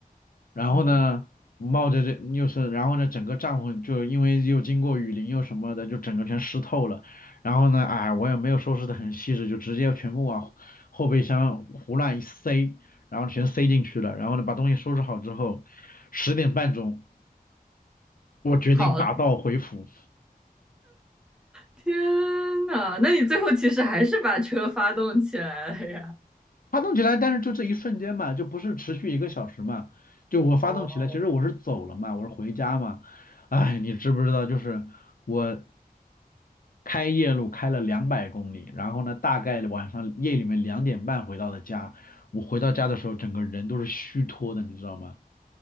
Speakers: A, on the left (about 65°); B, in the centre.
A: 然后呢，
B: <laughs> 哦，
A: 冒着这又是，然后呢，整个帐篷就因为又经过雨淋又什么的，就整个全湿透了。然后呢，哎，我也没有收拾的很细致，就直接全部往后备箱胡乱一塞，然后全塞进去了。然后呢，把东西收拾好之后，十点半钟，我决定打道回府。
B: 跑了。天呐，那你最后其实还是把车发动起来了呀？
A: 发动起来，但是就这一瞬间嘛，就不是持续一个小时嘛。就我发动起来，
B: 哦，
A: 其实我是走了嘛，我是回家嘛。哎，你知不知道？就是我开夜路开了两百公里，然后呢，大概晚上夜里面两点半回到的家。我回到家的时候，整个人都是虚脱的，你知道吗？